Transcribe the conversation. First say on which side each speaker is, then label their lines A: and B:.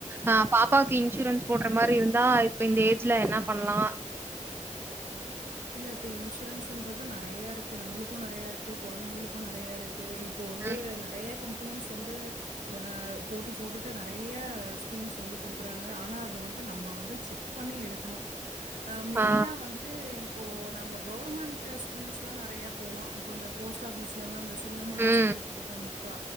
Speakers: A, on the right; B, on the right.
A: அ பாப்பாவுக்கு இன்சூரன்ஸ் போடுற மாரி இருந்தா இப்ப இந்த ஏஜ்ல என்ன பண்லா
B: இல்ல இப்ப இன்சூரன்ஸ்ன்றது நெறையா இருக்கு நம்புளுக்கு நெறையா இருக்கு குழந்தைங்களுக்கு நெறையா இருக் கு இப்போ வந்து
A: ம்.
B: நெறையா கம் பெனிஸ் வந்து அ போட்டி போட்டுட்டு நெறைய ஸ்கீம்ஸ் வந்து குடுக்கறாங்க ஆனா அது வந்து நம்ப வந்து செக் பண்ணி எடுக்கணு அ மெய்னா
A: ஆ.
B: வந்து ட்டு இப்போ நம்ம கவர்மெண்ட் ஸ்கீம்ஸ்லா நெறையா போலா இப்ப இந்த போஸ்ட் ஆபிஸ்லல்லா அந்த செல்வ மகள்
A: ம்.
B: சேமிப்பு திட்டம் இப்பா